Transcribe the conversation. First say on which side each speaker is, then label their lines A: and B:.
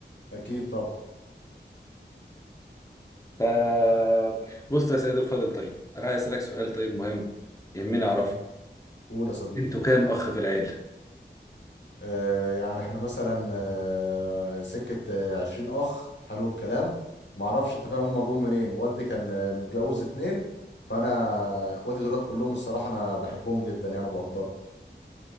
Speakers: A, on the left; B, on the left.
A: اكيد طبعا
B: آه بص يا سيد الفاضل طيب انا عايز اسالك سؤال
A: قول
B: طيب مهم يهمني اعرفه
A: مم. قول يا صديقي
B: انتوا كام اخ في العيله
A: آه يعني احنا مثلا آه سكة آه 20 اخ حلو الكلام معرفش انت فاهم هم جم منين والدي كان آه، متجوز اتنين فانا اخواتي دولت كلهم الصراحة انا بحبهم جدا يعني وبقدرهم